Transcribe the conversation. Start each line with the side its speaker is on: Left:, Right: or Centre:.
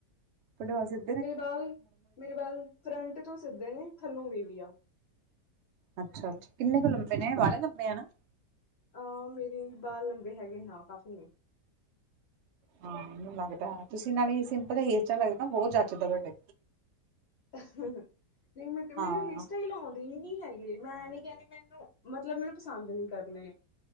Right: ਤੋਡੇ ਵਾਲ ਸਿਲ
Left: ਮੇਰੇ ਬਾਲ, ਮੇਰੇ ਬਾਲ ਫਰੰਟ ਤੋਂ ਸਿੱਧੇ ਨੇ ਥੱਲੋਂ ਵੀੇ ਵੀ ਆ।
Right: ਅੱਛਾ- ਅੱਛਾ ਕਿੰਨੇ ਕੁ ਲੰਬੇ ਨੇ ਵਾਹਲੇ ਲੰਬੇ ਆ ਨਾ।
Left: ਅ ਮੇਰੇ ਬਾਲ ਲੰਬੇ ਹੈਗੇਨੇ ਹਾਂ ਕਾਫੀ ਨੇ।
Right: ਹਾਂ ਮੈਨੂੰ ਲਗਦਾ, ਤੁਸੀਂ ਨਾਲੇ ਹੀ ਸਿੰਪਲ ਹੇੲਰ ਸਟਾਇਲ ਰਖਦੇ ਬੋਤ ਜੱਚਦੇ ਤੋਡੇ।
Left: ਅਹਹ ਨੀ ਮੈਂ
Right: ਹਾਂ
Left: ਮੈਨੂੰ ਹੇਅਰ ਸਟਾਈਲ ਆਉਂਦੇ ਨੀ। ਨੀ ਹੈਗੇ ਮੈਂ ਐ ਨੀ ਕੈਂਦੀ ਮੈਨੂੰ ਮਤਲਬ ਮੈਨੂੰ ਪਸੰਦ ਨਹੀਂ ਕਰਨੇ